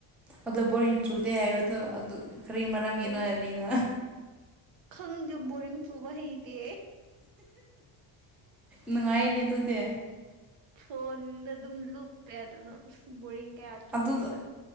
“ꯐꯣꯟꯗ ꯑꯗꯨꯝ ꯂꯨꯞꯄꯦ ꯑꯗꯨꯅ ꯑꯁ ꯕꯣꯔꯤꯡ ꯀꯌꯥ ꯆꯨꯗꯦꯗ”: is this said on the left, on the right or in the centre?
Right